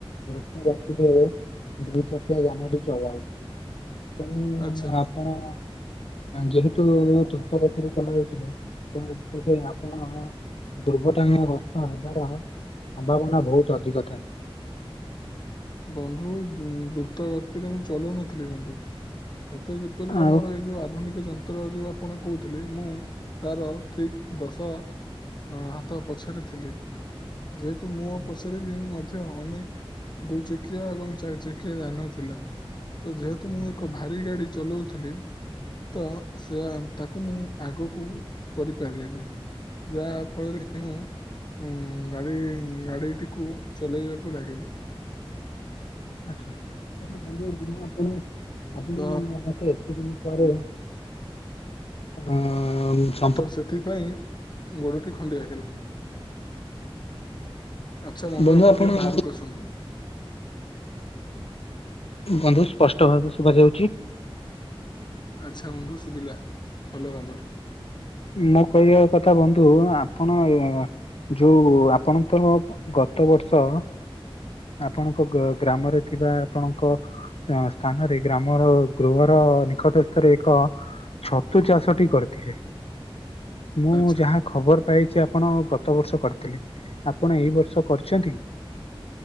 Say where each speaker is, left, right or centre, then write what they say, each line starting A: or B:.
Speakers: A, on the left; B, on the left.
A: ଦ୍ରୁତ ଗତିରେ ଦୁଇ ଚକିଆ ଯାନଟି ଚଲାଉଥିଲେ। ତେଣୁ
B: ଆଚ୍ଛା
A: ଆପଣ ଯେହେତୁ ଦ୍ରୁତ ଗତିରେ ଚଲାଉଥିଲେ ତେଣୁ କରି ଆପଣ ଦୁର୍ଘଟଣା ଗସ୍ତ ହେବାର ସମ୍ଭାବନା ବହୁତ ଅଧିକ ଥାଏ।
B: ବନ୍ଧୁ ଦୁ ଦ୍ରୁତ ଗତିରେ ମୁଁ ଚଲଉନଥିଲି ବନ୍ଧୁ। ସତେ ଯେପରି
A: ଆଉ
B: ଆମର ଏଇ ଯଉ ଆଧୁନିକ ଯନ୍ତ୍ର ଯୋଉ ଆପଣ କହୁଥିଲେ ମୁଁ ତାର ଠିକ୍ ଦଶ ହଁ ହାତ ପଛରେ ଥିଲି। ଯେହେତୁ ମୁଁ
A: ଆଜ୍ଞା
B: ପଚାରିବି ମଧ୍ୟ ଅନେକ୍ ଦୁଇ ଚକିଆ ଏବଂ ଚାରି ଚକିଆ ଯାନ ଥିଲା। ତ ଯେହେତୁ
A: ଆଜ୍ଞା
B: ମୁଁ ଏକ ଭାରି ଗାଡ଼ି ଚଲଉଥିଲି ତ ସେ ଆ ତାକୁ ମୁଁ ଆଗକୁ କରିପାରିଲିନି। ଯାହା ଫଳରେ କି ଉଁ ଗାଡି ଗାଡିଟିକୁ ଚଲେଇବାକୁ ଲାଗିଲି।
A: ଆଚ୍ଛା, ଆଛା ବନ୍ଧୁ ମୁଁ ଆପଣ
B: ଉଁ,
A: ଆପଣ
B: ତ
A: ମତେ ଏତେ ଦିନ ପରେ ଆ
B: ତ ସେଥିପାଇଁ ଗୋଡ଼ଟି ଖଣ୍ଡିଆ ହେଇଗଲା। ଆଚ୍ଛା
A: ବନ୍ଧୁ ଆପଣ
B: ଟିକେ ବାହାରକୁ ଆସନ୍ତୁ
A: ବନ୍ଧୁ ସ୍ପଷ୍ଟ ଭାବେ ଶୁଭାଯାଉଛି?
B: ଆଚ୍ଛା ବନ୍ଧୁ ଶୁବିଲା ଭଲ ଭାବରେ।
A: ମୋ କହିବା କଥା ବନ୍ଧୁ ଆପଣ ଯୋଉ ଆପଣ ତଃ ଗତ ବର୍ଷ ଆପଣଙ୍କ ଗ ଗ୍ରାମରେ ଥିବା ଆପଣଙ୍କ ସ୍ଥାନରେ ଗ୍ରାମର ଗୃହର ନିକଟସ୍ଥରେ ଏକ ଛତୁ ଚାଷଟି କରିଥିଲେ। ମୁଁ
B: ଆଚ୍ଛା
A: ଯାହା ଖବର ପାଇଛି ଆପଣ ଗତ ବର୍ଷ କରିଥିଲେ। ଆପଣ ଏଇ ବର୍ଷ କରିଛନ୍ତି କି?